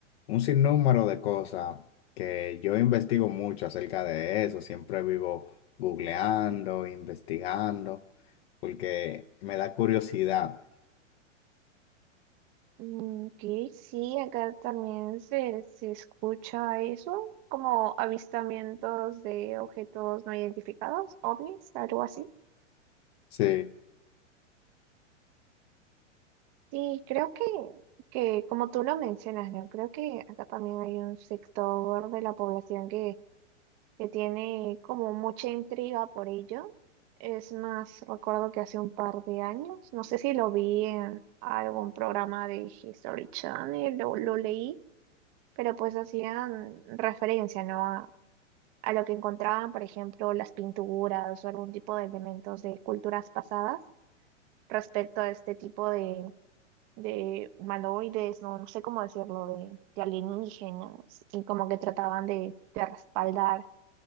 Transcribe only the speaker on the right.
Mm, Ok, sí, acá también se, se escucha eso, como avistamientos de objetos no identificados, ovnis, algo así.
Sí, creo que, que como tú lo mencionas, ¿no? Creo que acá también hay un sector de la población que, que tiene como mucha intriga por ello. Es más, recuerdo que hace un par de años, no sé si lo vi en algún programa de History Channel, lo, lo leí, pero pues hacían referencia, ¿no? A, a lo que encontraban, por ejemplo, las pinturas o algún tipo de elementos de culturas pasadas respecto a este tipo de humanoides, no, no sé cómo decirlo, de, de alienígenas, y como que trataban de, de respaldar,